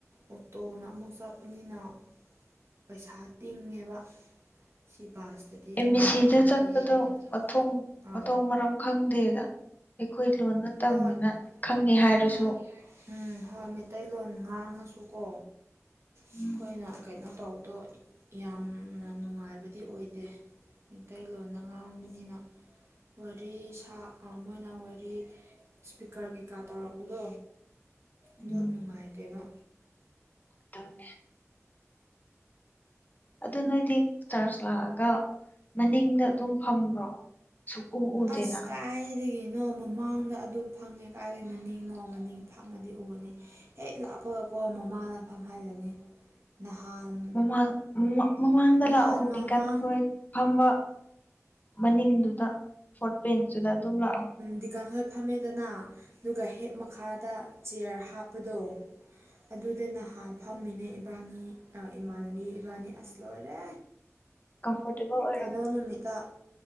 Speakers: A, on the right; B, on the left.
A: ꯑꯣꯇꯣꯅ ꯑꯃꯨꯛ ꯆꯠꯄꯅꯤꯅ ꯄꯩꯁꯥ ꯇꯤꯡꯉꯦꯕ ꯁꯤ ꯕꯥꯁꯇꯗꯤ
B: ꯑꯦꯝ
A: ꯃꯣꯏꯅ
B: ꯕꯤ ꯁꯤꯗ
A: ꯑꯗꯨꯝ
B: ꯆꯠꯄꯗꯣꯊꯣꯡ
A: ꯄꯤꯕꯅꯤꯅ ꯑꯥ
B: ꯃꯊꯧ ꯃꯔꯝ ꯈꯪꯗꯦꯗ ꯑꯩꯈꯣꯏ ꯂꯣꯟ ꯅꯠꯇꯕꯅꯤꯅ
A: ꯍꯣꯏ
B: ꯈꯪꯉꯦ ꯍꯥꯏꯔꯁꯨ
A: ꯍꯣꯏ ꯎꯝ ꯍꯣꯏ ꯃꯩꯇꯩꯂꯣꯟ ꯉꯥꯡꯉꯁꯨꯀꯣ
B: ꯎꯝ
A: ꯑꯩꯈꯣꯏꯅ ꯀꯩꯅꯣ ꯇꯧꯕꯗꯣ ꯌꯥꯝꯅ ꯅꯨꯡꯉꯥꯏꯕꯗꯤ ꯑꯣꯏꯗꯦ ꯃꯩꯂꯣꯟꯗ ꯉꯥꯡꯕꯅꯤꯅ ꯋꯥꯔꯤ ꯁꯥ ꯑꯃ ꯑꯣꯏꯅ ꯋꯥꯔꯤ ꯏꯁꯄꯤꯀꯔ ꯀꯩꯀꯥ ꯇꯧꯔꯛꯄꯗꯣ ꯑꯗꯨ
B: ꯎꯝ
A: ꯅꯨꯡꯉꯥꯏꯇꯦꯕ
B: ꯑꯗꯨ <inaudible> ꯑꯗꯨ ꯅꯣꯏꯗꯤ ꯆꯥꯔꯖ ꯂꯥꯛꯑꯒ ꯃꯅꯤꯡꯗ ꯑꯗꯨꯝ ꯐꯝꯕ꯭ꯔꯣ ꯁꯨꯛꯎ ꯎꯗꯦꯅ
A: ꯑꯁ ꯀꯥꯏ ꯀꯒꯤꯅꯣ ꯃꯃꯥꯡꯗ ꯑꯗꯨꯝ ꯐꯪꯉꯦ ꯀꯥꯏꯔꯦ ꯃꯅꯤꯡ ꯅꯎ ꯃꯅꯤꯡ ꯐꯝꯃꯗꯤ ꯎꯕꯅꯤ ꯍꯦꯛ ꯂꯥꯞꯄꯒꯀꯣ ꯃꯃꯥꯗ ꯐꯪ ꯍꯥꯏꯖꯅꯤ ꯅꯍꯥꯟ
B: ꯃꯃꯥꯡ ꯃꯃꯥꯡꯗ
A: ꯅꯍꯥꯟ
B: ꯂꯥꯛꯑꯣ
A: ꯃꯃꯥꯡ
B: ꯇꯤꯀꯥꯟꯈꯣꯏ ꯐꯝꯕ ꯃꯅꯤꯡꯗꯨꯗ ꯐꯣꯔꯠ ꯄꯦꯟꯁꯇꯨꯗ ꯑꯗꯨꯝ ꯂꯥꯛꯑꯣ
A: ꯗꯤꯀꯥ <inaudible> ꯐꯝꯃꯦꯗꯅ ꯑꯗꯨꯒ ꯍꯦꯛ ꯃꯈꯥꯗ ꯆꯤꯌꯔ ꯍꯥꯞꯄꯗꯣ ꯑꯗꯨꯗ ꯅꯍꯥꯟ ꯐꯝꯃꯤꯅꯦ ꯏꯕꯥꯅꯤ ꯏꯃꯥꯟꯅꯕꯤ ꯏꯕꯥꯅꯤ ꯑꯁ ꯂꯣꯏꯔꯦ
B: ꯀꯝꯐꯣꯔꯇꯦꯕꯜ ꯑꯣꯏꯔꯝꯃꯅꯤ
A: ꯀꯩꯅꯣ ꯅꯨꯃꯤꯠꯇ